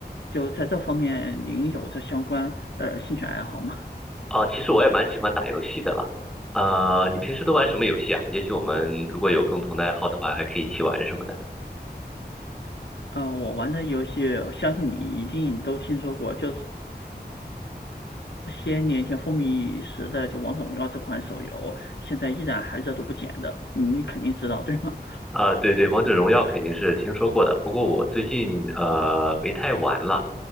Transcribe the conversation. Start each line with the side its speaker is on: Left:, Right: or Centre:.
Left: 就在这方面，您有这相关呃兴趣爱好吗？
Centre: 哦，其实我也蛮喜欢打游戏的啦。啊，你平时都玩什么游戏啊？也许我们如果有共同的爱好的话，还可以一起玩什么的。
Left: <laughs> 呃，我玩的游戏，我相信你一定都听说过，就是些年前风靡一时的就《王者荣耀》这款手游，现在依然还热度不减的，你肯定知道，对吗？
Centre: 啊，对对，王者荣耀肯定是听说过的，不过我最近呃没太玩了。